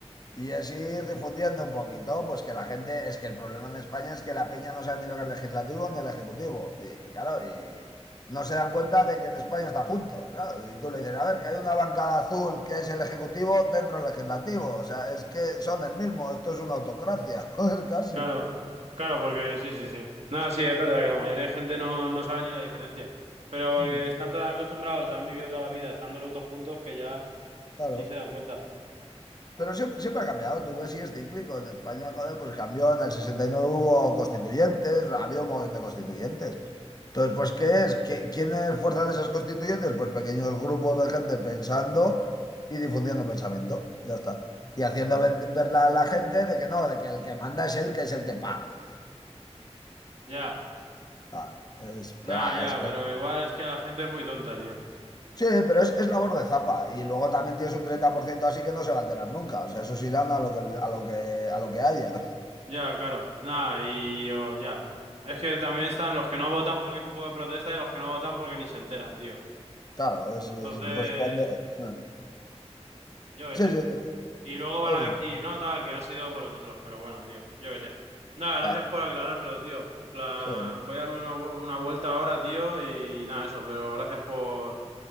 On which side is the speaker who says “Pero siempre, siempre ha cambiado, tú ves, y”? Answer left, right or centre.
Left